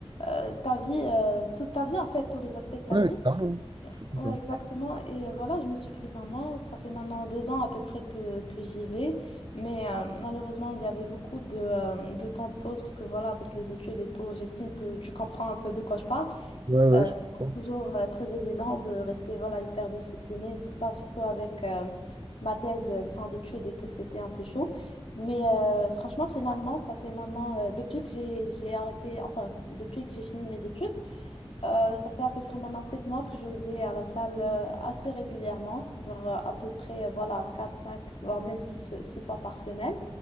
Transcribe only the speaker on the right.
Ouais,
clairement. Clairement.
Ouais, ouais,
je
comprends.